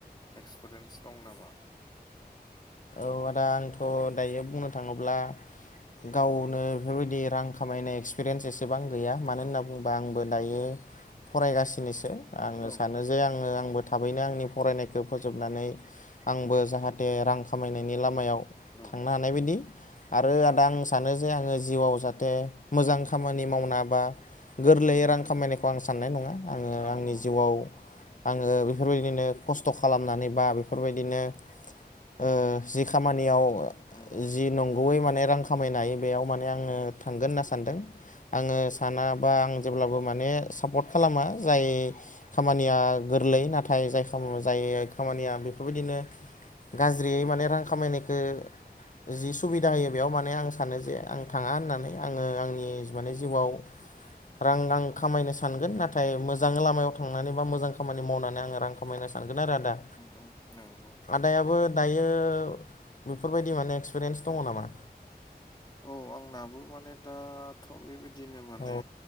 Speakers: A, on the left (about 25°); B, on the left (about 50°).
A: एक्सपिरियेन्स दं नामा?
B: औ आदा आंथ' दायो बुंनो थाङोब्ला गावनो बेफोरबायदि रां खामायनाय एक्सपिरियेन्स एसेबां गैया मानो
A: औ
B: होनना बुङोबा आंबो दायो फरायगासिनोसो आङो
A: औ
B: सानो जे आङो आंबो थाबैनो आंनि फरायनायखौ फोजोबनानै आंबो जाहाथे रां खामायनायनि लामायाव
A: औ
B: थांनो हानाय बायदि। आरो आदा आं सानो जे आङो जिउआव जाहाथे मोजां खामानि मावना बा गोरलैयै
A: उम
B: रां
A: उम
B: खामायनायखौ आं साननाय नङा आङो
A: औ उम
B: आंनि जिउआव आङो बेफोरबायदिनो खस्थ' खालामनानै बा बेफोरबायदिनो ओ जि खामानियाव
A: उम
B: जि नंगौयै माने रां खामायनो हायो बेयाव माने आङो थांगोन होनना सानदों। आङो सानाबा आं जेब्लाबो माने सापर्ट खालामा जाय खामानिया गोरलै नाथाय जाय खामा जाय खामानिया बेफोरबायदिनो गाज्रियै माने रां खामायनायखो जि सुबिदा होयो बेयाव माने आं सानो जे आं थाङा होननानै आङो आंनि माने जिउआव रां आं खामायनो सानगोन नाथाय मोजां लामायाव थांनानै बा मोजां खामानि मावनानै आङो रां खामायनो सानगोन आरो आदा।
A: उम नंगौ
B: दायाबो दायो बेफोरबायदि माने एक्सपिरियेन्स दङ नामा?
A: औ आंनाबो माने दाथ' बेबायदिनो माने
B: औ